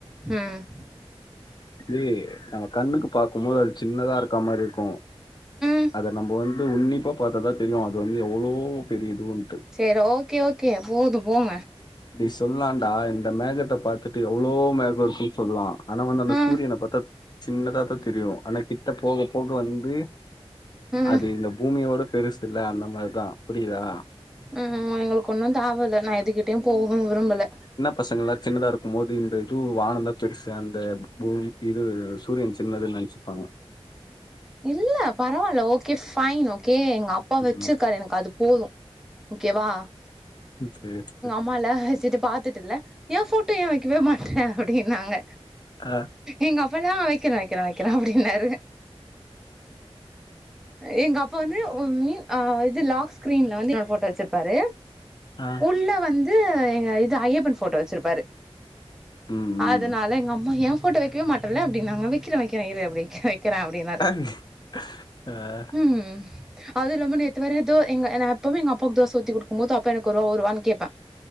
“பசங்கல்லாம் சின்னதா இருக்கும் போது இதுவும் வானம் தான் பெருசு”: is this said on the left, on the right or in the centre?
Left